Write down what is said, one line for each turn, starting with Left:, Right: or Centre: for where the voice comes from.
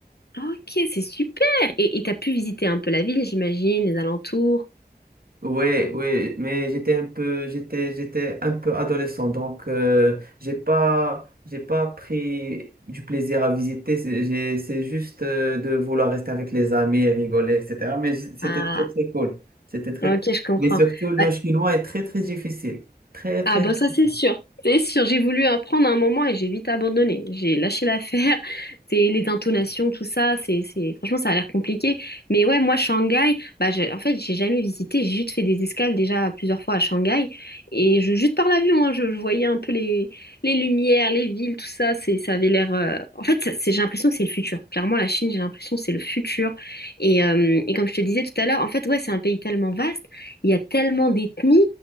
Left: Ok, c'est super. Et et t'as pu visiter un peu la ville, j'imagine, les alentours.
Right: Ouais, ouais, mais j'étais un peu, j'étais, j'étais un peu adolescent, donc euh, j'ai pas, j'ai pas pris du plaisir à visiter. C'est j'ai- c'est juste euh, de vouloir rester avec les amis et rigoler, etc. Mais j- c'était
Left: Ah,
Right: très, très cool. C'était très.
Left: ok, je comprends.
Right: Mais surtout, le
Left: Bah,
Right: chinois est très, très difficile. Très, très
Left: Ah bah
Right: difficile.
Left: ça c'est sûr. C'est sûr, j'ai voulu apprendre à un moment et j'ai vite abandonné. J'ai lâché l'affaire. <laughs> C'est les intonations, tout ça, c'est c'est franchement ça a l'air compliqué. Mais ouais, moi Shanghai, bah j'ai- en fait, j'ai jamais visité, j'ai juste fait des escales déjà plusieurs fois à Shanghai et je juste par l'avion, hein, je, je voyais un peu les les lumières, les villes, tout ça, c'est ça avait l'air euh, en fait, ça- c'est j'ai l'impression que c'est le futur. Clairement la Chine, j'ai l'impression que c'est le futur et euh, et comme je te disais tout à l'heure, en fait, ouais, c'est un pays tellement vaste, il y a tellement d'ethnies